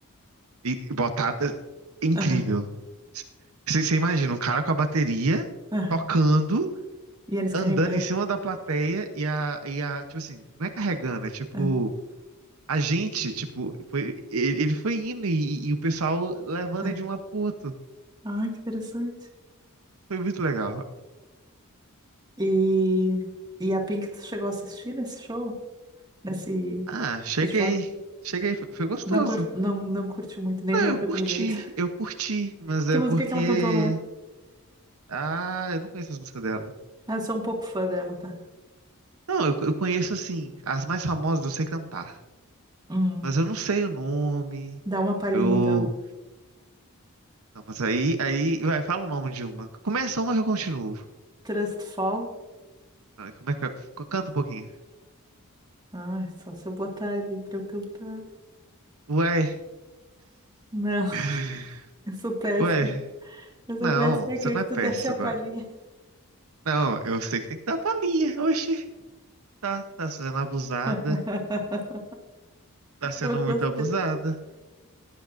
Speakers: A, on the right; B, on the right.
A: E botaram. é Incrível.
B: Aham,
A: Você imagina um cara com a bateria
B: aham.
A: tocando,
B: E eles carregando.
A: andando em cima da plateia e a, e a, tipo assim, não é carregando, é tipo,
B: Ah,
A: a gente, tipo, foi, ele, ele foi indo e, e o pessoal levando
B: ah.
A: ele de um lado pro outro.
B: Ai, que interessante.
A: Foi muito legal.
B: E, e a Pink, tu chegou a assistir nesse show? Nesse
A: Ah, cheguei.
B: festival?
A: Cheguei, foi, foi gostoso.
B: Não, cur- não, não curtiu muito, nem
A: Não,
B: lembra
A: eu curti,
B: pelo jeito. <laughs>
A: eu curti, mas
B: Que
A: é
B: música
A: porque
B: que ela cantou lá?
A: Ah, eu não conheço as músicas dela.
B: Ah, eu sou um pouco fã dela, tá?
A: Não, eu, eu conheço assim, as mais famosas eu sei cantar,
B: Hum,
A: mas eu não sei o nome.
B: dá uma palhinha
A: Eu.
B: então.
A: Não, mas aí, aí, vai, fala o nome de uma. Começa uma que eu continuo.
B: Trust Fall?
A: Não, como é que é? C- Canta um pouquinho.
B: Ai, só se eu botar ali pra eu cantar.
A: Ué,
B: Não, <laughs>
A: <laughs>
B: eu sou péssima.
A: ué.
B: Eu sou
A: Não,
B: péssima. Eu
A: você
B: queria
A: não
B: que
A: é
B: tu
A: péssima.
B: desse a palhinha.
A: Não, eu sei que tem que dar palhinha. Oxi, tá, tá sendo abusada.
B: <laughs>
A: Tá sendo
B: Eu gostei.
A: muito abusada.